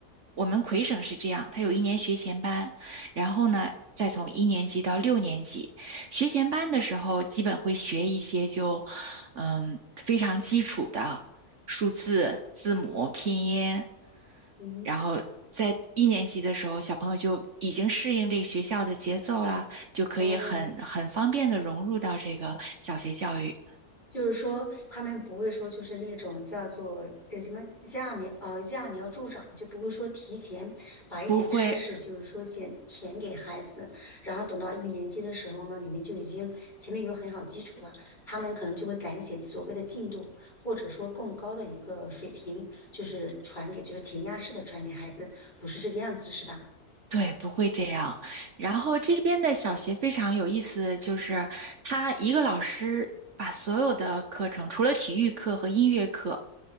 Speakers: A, on the right; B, on the left.
A: 我们魁省是这样，他有一年学前班，然后呢，再从一年级到六年级，学前班的时候基本会学一些就，嗯，非常基础的数字、字母、拼音，
B: 嗯，
A: 然后。在一年级的时候，小朋友就已经适应这个学校的节奏了，就可以很很方便的融入到这个小学教育，
B: 嗯。就是说，他们不会说，就是那种叫做呃什么揠苗呃揠苗助长，就不会说提前把一些知识，
A: 不会
B: 就是说先填给孩子，然后等到一年级的时候呢，你们就已经前面有很好基础了，他们可能就会赶写所谓的进度，或者说更高的一个水平，就是传给就是填鸭式的传给孩子，不是这个样子，是吧？
A: 对，不会这样。然后这边的小学非常有意思，就是他一个老师把所有的课程，除了体育课和音乐课，